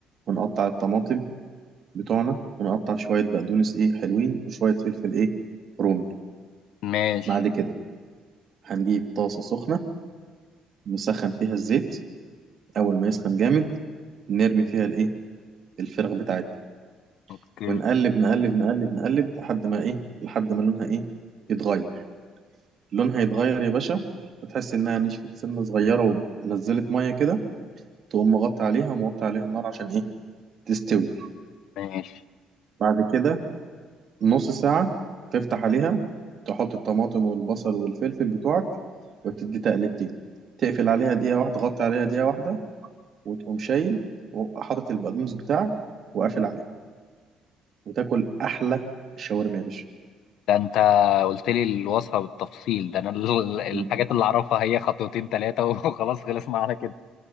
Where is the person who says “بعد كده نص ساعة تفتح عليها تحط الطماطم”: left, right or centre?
Right